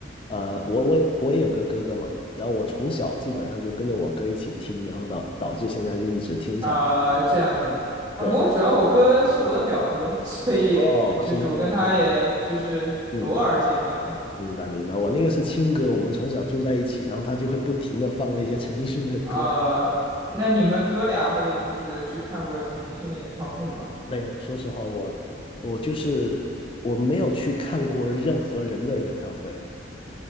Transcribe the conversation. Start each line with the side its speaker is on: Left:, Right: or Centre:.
Left: 呃，我我也我也有个哥哥嘛，然后我从小基本上就跟着我哥一起听，然后导导致现在就一直听下去。
Right: 啊、这样这样啊，
Left: 对，
Right: 不过主要我哥是我的表哥，<laughs> 所以就是我跟他也就是偶尔见面吧。
Left: 哦，是你表哥，嗯，明白明白，我那个是亲哥，我们从小住在一起，然后他就会不停的放那些陈奕迅的歌。
Right: 啊，呃那你们哥俩会就是去看过陈奕迅的演唱会吗？
Left: 没有，说实话，我我就是我没有去看过任何人的演唱会，